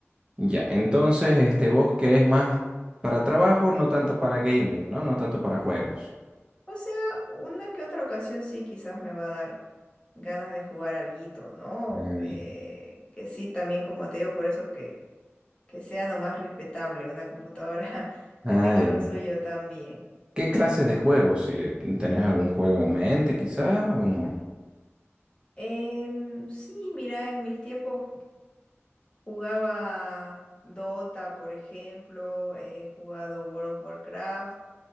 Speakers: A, on the right (about 20°); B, on the left (about 20°).
A: Ya, entonces, este, vos querés más para trabajo, no tanto para gaming, ¿no? No tanto para juegos.
B: O sea, una que otra ocasión sí quizás me va a dar ganas de jugar alguito, ¿no?
A: Eh,
B: Eh, que sí, también como te digo, por eso que, que sea nomás respetable una computadora <laughs>
A: Ah,
B: que tenga
A: ya.
B: lo suyo también.
A: ¿Qué clases de juegos? Si eh, tenés algún juego en mente, quizá, o no.
B: Em, sí, mira, en mis tiempos jugaba Dota, por ejemplo, he jugado World of Warcraft,